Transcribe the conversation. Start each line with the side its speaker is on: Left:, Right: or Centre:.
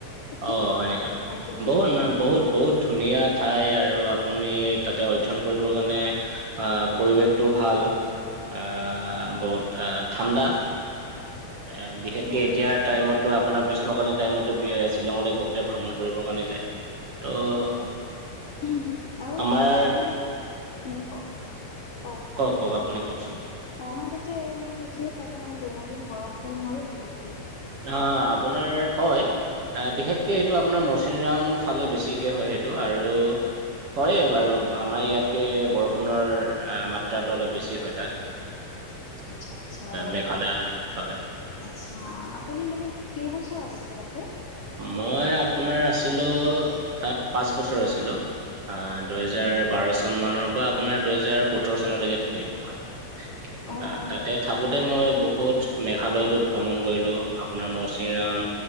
Left: ত কেনেকুৱা
Right: অ হয় নেকি
Left: এই ঠাইখিনি
Right: বহুত নাম বহুত বহুত ধুনীয়া ঠাই আৰু আপুনি তাতে অধ্যয়ন কৰিবৰ কাৰণে আহ পৰিৱেশটো ভাল আহ বহুত আহ ঠাণ্ডা এ বিশেষকে
Left: উম
Right: এতিয়া টাইমতো আপোনাৰ গ্ৰীষ্মকালীন টাইমতো শ্বিলঙলৈ বহুতে ভ্ৰমণ কৰিবৰ কাৰণে যায় ত'
Left: উম হুম উম আৰু
Right: আমাৰ
Left: তাত মানে উম কওক কওক
Right: কওক কওক আপুনি কওকচোন
Left: অ মানে তাতে আৰু মানে সেইখিনি ঠাইতে মানে দৈনন্দিন বৰষুণ হৈয়ে থাকে নেকি
Right: অ আপোনাৰ হয় আহ বিশেষকে এইটো আপোনাৰ মৌচিনৰাম ফালে বেছিকে হয় সেইটো আৰু হয় বাৰু আমাৰ ইয়াতকে বৰষুণৰ মাত্ৰাটো অলপ বেছি হয় তাত <unintelligible>
Left: আচ্ছা আচ্ছাৰ
Right: মেঘালয়ত হয়।
Left: আচ্ছা আপুনি মানে কেইবছৰ আছিলে তাতে
Right: মই আপোনাৰ আছিলো তাত পাঁচ বছৰ আছিলো আন দুহেজাৰ
Left: উম
Right: বাৰ চন মানৰ পৰা আপোনাৰ দুহেজাৰ সোতৰ চনলৈকে থাকিলো মই
Left: অ
Right: তাত
Left: অ
Right: তাতে থাকোতে মই বহুত মেঘালয়তো ভ্ৰমণ কৰিলো আপোনাৰ মচিৰাম,